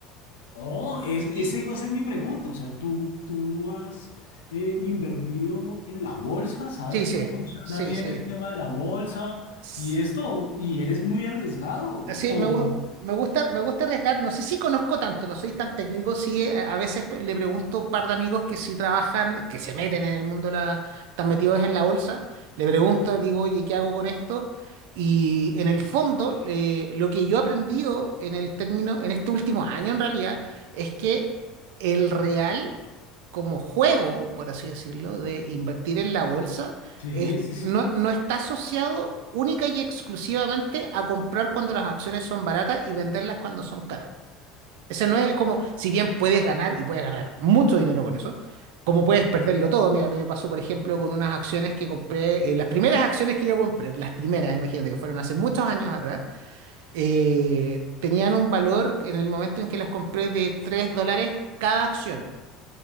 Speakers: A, on the left; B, on the right.
A: Oh, es-
B: y
A: esa iba a ser mi pregunta. O sea, ¿tú, tú has eh, invertido en la bolsa? ¿Sabes
B: sí,
A: cómo
B: sí,
A: funciona
B: sí,
A: bien
B: sí.
A: el tema de la bolsa
B: S-
A: y esto? ¿Y eres muy arriesgado? O,
B: Sí,
A: o-
B: me, gu- me gusta, me gusta arriesgar. No sé si conozco tanto, no soy tan técnico. Sí, eh, a veces pe- le pregunto a un par de amigos que sí trabajan, que se meten en el mundo, de la, están metidos en la bolsa. Le pregunto, digo, oye, ¿qué hago con esto? Y en el fondo, eh, lo que yo he aprendido en el término, en este último año en realidad, es que el real, como juego, por así decirlo, de invertir en la bolsa,
A: sí,
B: est-
A: sí, sí.
B: no, no está asociado única y exclusivamente a comprar cuando las acciones son baratas y venderlas cuando son caras. Ese no es como, si bien puedes ganar y puedes ganar mucho dinero con eso, como puedes perderlo todo. Mira, a mí me pasó, por ejemplo, con unas acciones que compré, eh, las primeras acciones que yo compré, las primeras, imagínate, que fueron hace muchos años atrás, eh, tenían un valor en el momento en que las compré de 3 dólares cada acción.